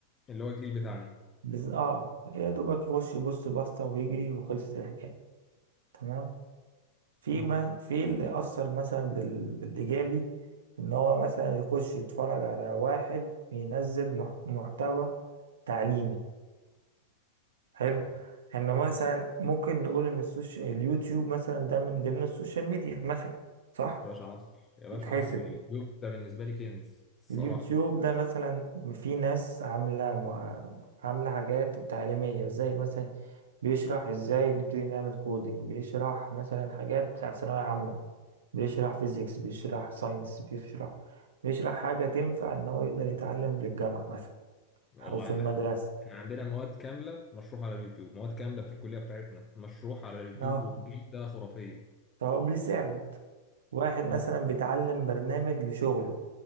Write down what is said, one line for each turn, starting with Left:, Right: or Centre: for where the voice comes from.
Left: اللي هو الجيل بتاعنا
Right: بز... اه يا دوبك يخش يبص باستا ويجري وخلصت الحكاية تمام في
Left: مم.
Right: ما في اللي أثر مثلا بال... بالإيجابي إن هو مثلا يخش يتفرج على واحد بينزل مح... محتوى تعليمي حلو
Left: اه
Right: احنا مثلا
Left: حصل
Right: ممكن نقول ان السوشيال اليوتيوب مثلا ده من ضمن السوشيال ميديا مثلا صح
Left: يا باشا حصل يا باشا
Right: يتحاسب
Left: حصل الجوب ده بالنسبه لي كنز الصراحه
Right: اليوتيوب ده مثلا في ناس عاملة مع- عاملة حاجات تعليمية زي مثلا بيشرح ازاي نبتدي نعمل كودينج بيشرح مثلا حاجات بتاعت ثانوية عامة بيشرح فيزيكس بيشرح ساينس بيشرح بيشرح حاجة تنفع ان هو يقدر يتعلم في الجامعة مثلا
Left: والله
Right: او في
Left: عندك
Right: المدرسة
Left: حق احنا عندنا مواد كامله مشروحه على اليوتيوب مواد كامله في الكليه بتاعتنا مشروحه على اليوتيوب
Right: اه
Left: وبجوده خرافيه
Right: فهو بيساعد واحد
Left: مم.
Right: مثلا بيتعلم برنامج لشغله